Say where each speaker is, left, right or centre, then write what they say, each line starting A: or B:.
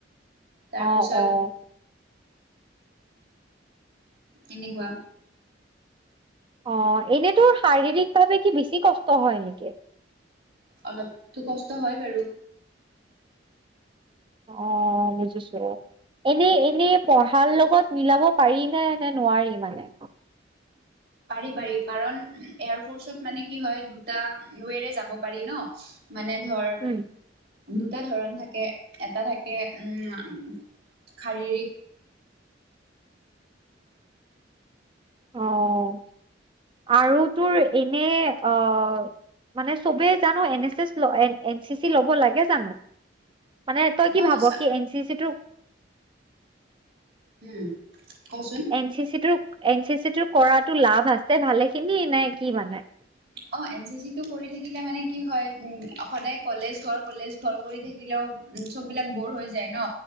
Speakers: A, on the right; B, on the right.
A: তাৰপিছত
B: অ'-অ'।
A: এনেকুৱা।
B: অ', এনেতো শাৰীৰিক ভাৱে কি বেছি কষ্ট হয় নেকি?
A: অলপতো কষ্ট হয় বাৰু।
B: অ', বুজিছো। এনেই এনেই পঢ়াৰ লগত মিলাব পাৰি নে, নে নোৱাৰি মানে?
A: পাৰি পাৰি, কাৰণ এয়াৰফৰ্চত মানে কি হয়, দুটা ৱেৰে যাব পাৰি ন মানে ধৰ,
B: উম
A: দুটা ধৰণ থাকে এটা থাকে, উম শাৰীৰিক
B: অ' আৰু তোৰ এনে, অ' মানে চবে জানো N S S, N C C ল'ব লাগে জানো? মানে তই কি
A: অ
B: ভাব
A: আচ্ছা
B: কি, এন চি-চি তটো
A: উম। কচোন
B: এন চি চি তোৰ, এন চি চিটোৰ কৰাতো লাভ আছে ভালেখিনি নে, নে কি মানে?
A: অ', এন চি চি তটো কৰি থাকিলে মানে কি হয়, উম সদায় কলেজ ঘৰ কলেজ ঘৰ কৰি থাকিল থিলেও, উম চব বিলাক বৰ হৈ যায় ন,